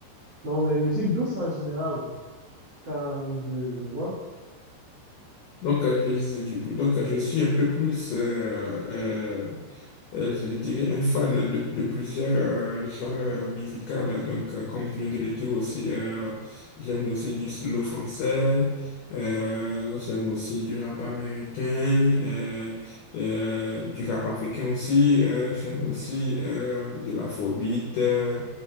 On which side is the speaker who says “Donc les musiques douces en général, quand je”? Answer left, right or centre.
Right